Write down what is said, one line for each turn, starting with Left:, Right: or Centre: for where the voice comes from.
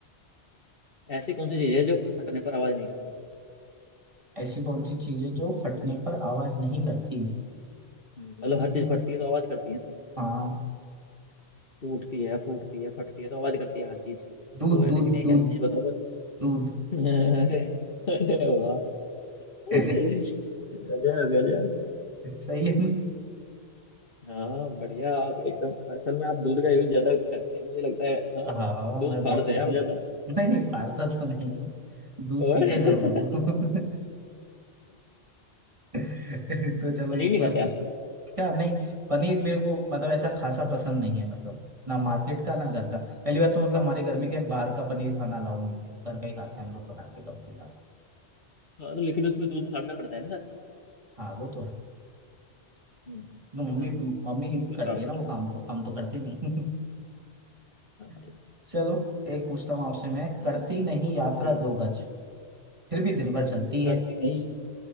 Left: ऐसी कौन सी चीज है जो फटने पर आवाज नहीं करती
Right: ऐसी कौन सी चीज है जो फटने पर आवाज नहीं करती
Left: हम्म, मतलब
Right: हम्म,
Left: हर चीज फटती है तो आवाज करती है ना
Right: हाँ
Left: टूटती है फूटती है फटती है तो आवाज करती है हर चीज
Right: दूध
Left: तो
Right: दूध
Left: लेकिन एक
Right: दूध
Left: ऐसी चीज बताओ
Right: दूध
Left: अरे अरे वाह
Right: <laughs>
Left: गजब गजब
Right: सही है ना
Left: <laughs> हाँ बढ़िया आप एकदम असल में आप दूध का यूज ज्यादा करते हैं मुझे लगता है हाँ
Right: हाँ
Left: दूध
Right: मैं
Left: फाड़ते
Right: बहुत यूज
Left: हैं आप
Right: करता
Left: ज्यादा
Right: हूँ। नहीं नहीं फाड़ता तो नहीं हूँ दूध
Left: और
Right: पीता जरूर हूँ
Left: <laughs>
Right: <laughs> <laughs> तो चलो
Left: पनीर
Right: एक
Left: नहीं
Right: मैं
Left: खाते
Right: पूछ
Left: आप
Right: क्या नहीं पनीर मेरे को मतलब ऐसा खासा पसंद नहीं है मतलब ना मार्केट का
Left: अच्छा
Right: ना घर
Left: अच्छा
Right: का पहली बात तो मतलब हमारे घर में
Left: हम्म
Right: क्या है, बाहर का पनीर खाना अलाउ नहीं है घर का ही खाते हैं हम लोग बना के कब
Left: अच्छा,
Right: भी खाते हैं
Left: हाँ तो लेकिन उसमें दूध फाड़ना पड़ता है ना
Right: हाँ वो तो है
Left: हम्म,
Right: वो मम्मी
Left: चलो
Right: मम्मी
Left: कुछ
Right: करती
Left: आप
Right: है
Left: कुछ
Right: ना वो काम तो हम तो करते नहीं
Left: हाँ भाई
Right: <laughs> चलो एक पूछता हूँ आपसे मैं करती
Left: और
Right: नहीं यात्रा
Left: जी
Right: दो गज फिर भी दिन भर चलती है
Left: करती नहीं